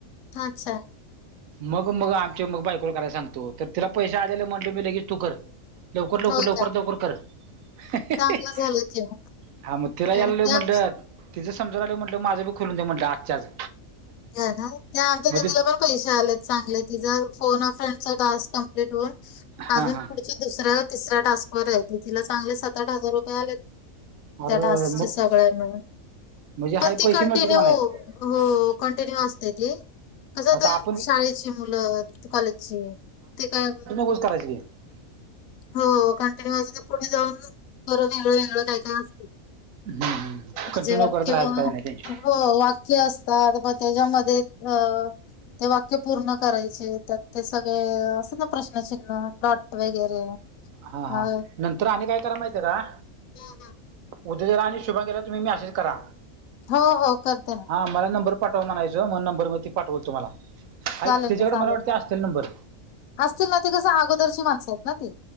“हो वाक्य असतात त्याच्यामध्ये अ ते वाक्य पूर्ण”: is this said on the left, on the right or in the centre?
Left